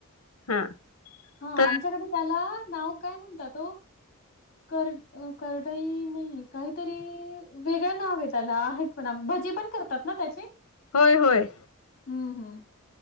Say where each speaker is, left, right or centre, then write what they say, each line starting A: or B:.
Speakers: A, on the left; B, on the left.
A: हा.
B: हा,
A: तर
B: आमच्याकडे त्याला नाव काय म्हणतात ओ? कर करडही नाही, काहीतरी वेगळ् नाव ये त्याला प भजी पण करतात ना त्याचे?
A: होय होय.
B: हम्म हम्.